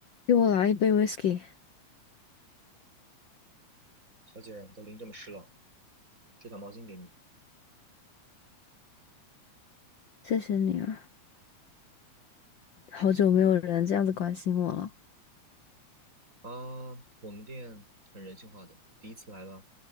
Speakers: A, on the left (about 80°); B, on the right (about 25°).
A: 给我来一杯 whisky，
B: 小姐，都淋这么湿了，这条毛巾给你
A: 谢谢你啊！好久没有人这样子关心我了。
B: 啊。我们店很人性化的，第一次来吧，